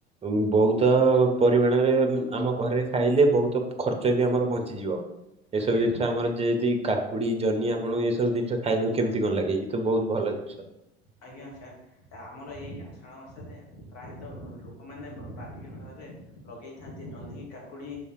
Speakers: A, on the right; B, on the left.
A: ଉଁ, ବହୁତ ପରିମାଣରେ ଉଁ ଆମ ଘରେ ଖାଇଲେ ବହୁତ ଖର୍ଚ୍ଚ ବି ଆମର ବଞ୍ଚିଯିବ। ଏସବୁ
B: ଆଜ୍ଞା
A: ଜିନିଷ ଆମର ଯେ ତି- କା କୁଡି, ଜନି ଆପଣଙ୍କୁ ଏସବୁ ଜିନିଷ ଖାଇବାକୁ କେମିତି କଣ ଲାଗେ? ଏଇ ତ ବହୁତ ଭଲ ଜିନିଷ।
B: ଆଜ୍ଞା, ଆଚ୍ଛା। ଆମର ଏଇ ଆଷାଢ ମାସରେ ପ୍ରାୟତଃ ଲୋକମାନେ ବାଡ଼ି ଘରରେ ଲଗେଇ ଥାନ୍ତି ଜନ୍ହି, କାକୁଡ଼ି